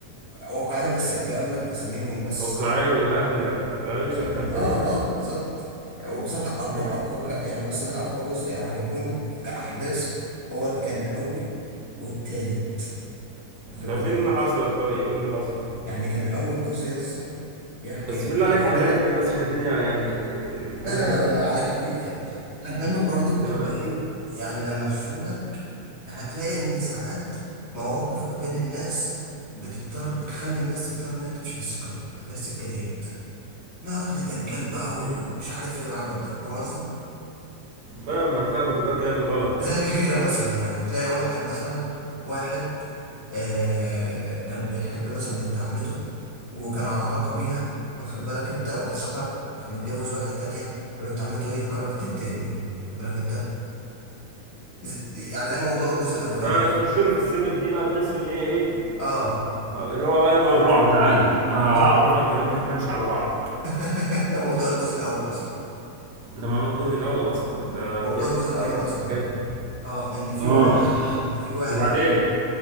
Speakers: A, on the left (about 80°); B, on the right (about 65°).
A: واقعيه بس غيرنا باساميهم بس
B: واقعية اهلا واقعية
A: عشان
B: احنا
A: يكون
B: ابتدينا
A: اه اه بالظبط وبصراحه اقوى
B: امم
A: اقوى ك... يعني مثلا اقوى جزء عجبوني كاحداث هو اللي كان الاول والتالت واخد
B: طب
A: بالك
B: ايه اللي
A: انت
B: حصل طيب ايه اللي حصل
A: يعني كان اول جزء يسطا بيحكي
B: بس
A: ايه،
B: بالله
A: عارف
B: عليك على
A: انت طبعا
B: الهادي بس عشان الدنيا يعني آه،
A: لا
B: على
A: لا
B: الهادي
A: لا على خفيف يعني خلي بالك برضو بتبقى
B: تمام
A: ايه يعني لما احكيهولك هتلاقي ان ساعات مواقف ما بين الناس بتضطر بتخلي الناس تضطر انها تمشي في السكه الغلط اللي هي السكه ديت لا روح لدجال بقى
B: امم
A: ومش عارف ايه والعبط ده فاهم قصدي
B: فاهمك فاهمك اللي هو الكلام الغلط
A: زي
B: ده
A: الغيرة مثلا يعني تلاقي واحد مثلا واحد آه كان بيحب مثلا بنت عمته وكانوا على علاقة بيها واخد بالك انت وراح سابها راح متجوز واحدة تانية فبنت عمته ايه قررت تنتقم منه واخد بالك انت ز- يعني ده موضوع الجزء الأولاني
B: فتخش
A: أصلا
B: له في السكك دي بقى بحيث ان هي ايه
A: اه
B: اللي هو بقى نوع الرعب تعالى انا هعرفك
A: ده
B: خليك ما تنامش على بعضك
A: <laughs> ده موضوع الجزء الأول أصلا
B: ده ما هو الجزء الاول اصلا ده
A: موضوع
B: الكنز
A: الجزء
B: دي بتتكلم
A: الأول أصلا
B: في حكايات
A: اه إن في
B: اخ
A: واحد إن في واحد
B: وبعدين